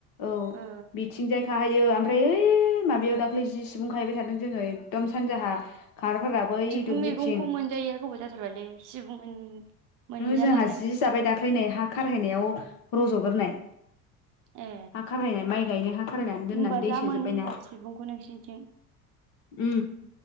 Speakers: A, on the left; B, on the right.
A: औ।
B: ओ
A: बिथिंजाय खाहैयो आमफ्राय ओइ माबायाव दाख्लै जि सुबुं खाहैबाय थादों जोङो एकदम सानजाहा। <unintelligible>
B: सिबुं
A: दुब्लिथिं
B: मैगंखौ मोनजायैया गोबाव जाथारबायलै सिबुं मोनजालानो
A: जोंहा जि जाबाय दाख्लै नै हा खारहैनायाव रज'गोरनाय
B: ए
A: हा खारहैनाय माइ गायनो हा खारहायनानै दोननानै
B: होमबा
A: दै
B: जा
A: सोजोब्बायना
B: मोनो होमबा सिबुंखौ नोंसिनिथिं?
A: उम